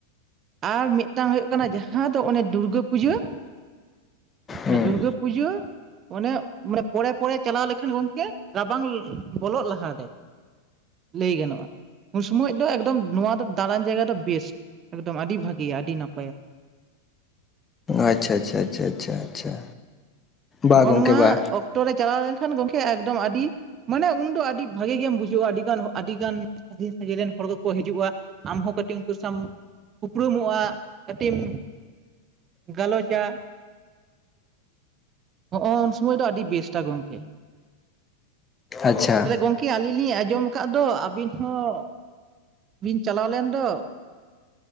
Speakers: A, on the right; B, on the left.
A: ᱟᱨ ᱢᱤᱫᱴᱟᱱ ᱦᱩᱭᱩᱜ ᱠᱟᱱᱟ ᱡᱟᱦᱟᱸ ᱫᱚ ᱚᱱᱮ ᱫᱩᱨᱜᱟᱹ ᱯᱩᱡᱟᱹᱹ ᱱᱮ
B: ᱦᱩᱸ
A: ᱫᱩᱨᱜᱟᱟᱹ ᱯᱩᱡᱟᱹ ᱚᱱᱮ ᱢᱟᱱᱮ ᱯᱚᱨᱮ ᱯᱚᱨᱮ ᱪᱟᱞᱣ ᱞᱮᱠᱷᱟᱱ ᱜᱚᱝᱠᱮ ᱨᱟᱵᱟᱝ ᱵᱚᱞᱚᱜ ᱞᱟᱦᱟᱨᱮ᱾ ᱞᱟᱹᱭ ᱜᱟᱱᱚᱜᱼᱟ᱾ ᱩᱱᱥᱚᱢᱚᱡ ᱫᱚ ᱮᱠᱫᱚᱢ ᱱᱚᱣᱟ ᱫᱚ ᱫᱟᱬᱟᱱ ᱡᱟᱭᱜᱟ ᱫᱚ ᱵᱮᱥᱴ᱾ ᱮᱠᱫᱚᱢ ᱟᱹᱰᱤ ᱵᱷᱟᱜᱮᱭᱟ ᱟᱹᱰᱤ ᱱᱟᱯᱟᱭᱟ᱾
B: ᱟᱪᱪᱷᱟ ᱟᱪᱪᱷᱟ ᱟᱪᱪᱷᱟ ᱟᱪᱪᱷᱟ ᱟᱪᱪᱷᱟ᱾ ᱵᱟ
A: ᱱᱚᱜ-ᱚ
B: ᱜᱚᱝᱠᱮ
A: ᱱᱚᱣᱟ
B: ᱵᱟ
A: ᱚᱠᱛᱚ ᱨᱮ ᱪᱟᱞᱟᱣ ᱞᱮᱱᱠᱷᱟᱱ ᱜᱚᱝᱠᱮ ᱮᱠᱫᱚᱢ ᱟᱹᱰᱤ ᱢᱟᱱᱮ ᱩᱱᱫᱚ ᱟᱹᱰᱤ ᱵᱷᱟᱜᱤ ᱜᱮᱢ ᱵᱩᱡᱷᱟᱹᱶᱼᱟ ᱟᱹᱰᱤ ᱜᱟᱱ ᱟᱹᱰᱤ ᱜᱟᱱ ᱥᱟᱺᱜᱤᱧ ᱥᱟᱺᱜᱤᱧ ᱨᱮᱱ ᱦᱚᱲ ᱠᱚᱠᱚ ᱦᱤᱡᱩᱜᱼᱟ᱾ ᱟᱢᱦᱚᱸ ᱠᱟᱹᱴᱤᱡ ᱩᱱᱠᱩ ᱥᱟᱢ ᱩᱯᱨᱩᱢᱚᱜᱼᱟ ᱠᱟᱹᱴᱤᱡ ᱮᱢ ᱜᱟᱞᱚᱪᱟ ᱾ ᱦᱚᱜᱼᱚᱭ ᱩᱱ ᱥᱚᱢᱚᱭ ᱫᱚ ᱟᱹᱰᱤ ᱵᱮᱥᱴᱟ ᱜᱚᱢᱠᱮ
B: ᱟᱪᱪᱷᱟ
A: ᱛᱟᱦᱞᱮ ᱜᱚᱢ ᱠᱮ ᱟᱹᱞᱤᱧ ᱞᱤᱧ ᱟᱸᱡᱚᱢ ᱟᱠᱟᱫ ᱫᱚ ᱟᱹᱵᱤᱱ ᱦᱚᱸ ᱵᱤᱱ ᱪᱟᱞᱟᱣ ᱞᱮᱱ ᱫᱚ